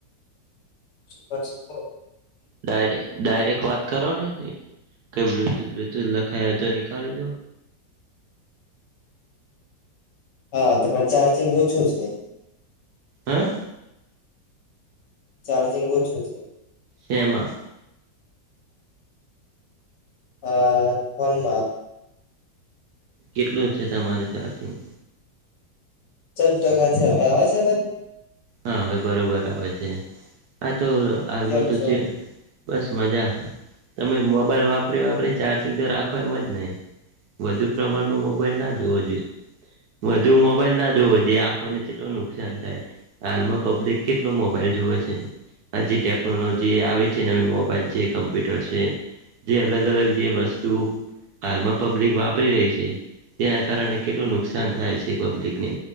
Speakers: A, on the left; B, on the right.
A: <inaudible>
B: ડાયરે ડાયરેક્ટ વાત કરો ને કઈ બ્લુટૂથ બ્લુટૂથ લખાય હોય તો નીકાળી દો.
A: હા તો પણ ચાર્જિંગ ઓછું છે.
B: હા
A: ચાર્જિંગ ઓછું છે.
B: હેમા?
A: આ ફોનમાં.
B: કેટલું છે તમારે ચાર્જિંગ?
A: ચૌદ ટકા છે હવે આવે છે અવાજ?
B: હા હવે બરોબર આવે છે આ તો આલમાં
A: કેમ
B: તો
A: છો
B: જે બસ મજા તમે મોબાઈલ વાપરી વાપરી ચાર્જિંગ તો રાખો એમ જ નહી. વધુ પ્રમાણમાં મોબાઈલ ના જોવો જોઈએ. વધુ મોબાઈલ ના જોવો જોઈ આંખોને ચેટલું નુકસાન થાય. હાલમાં પબ્લિક કેટલો મોબાઈલ જોવે છે. આ જે ટેકનોલોજી આવી છે, નવી મોબાઈલ છે, કમ્પ્યુટર છે. જે અલગ અલગ જે વસ્તુ હાલમાં પબ્લિક વાપરી રહી છે. તેના કારણે કેટલું નુકસાન થાય છે પબ્લિકને